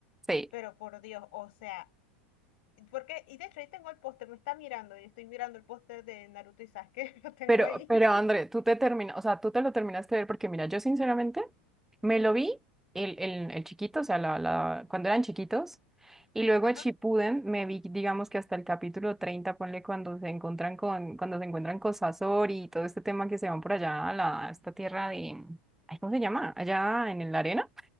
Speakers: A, in the centre; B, on the left.
A: Sí,
B: pero por Dios, o sea, porque, y de hecho ahí tengo el póster, me está mirando y estoy mirando el póster de Naruto y Sasuke, <laughs> lo tengo
A: pero,
B: ahí.
A: pero
B: <laughs>
A: André, tú te terminas, o sea, tú te lo terminaste de ver porque mira, yo sinceramente me lo vi el, el, el chiquito, o sea, la, la, cuando eran chiquitos, y luego
B: Ajá,
A: Chipuden me vi, digamos que hasta el capítulo 30 ponle cuando se encuentran con, cuando se encuentran con Sasori y todo este tema que se van por allá a la, a esta tierra de, ay, ¿cómo se llama? Allá en la arena.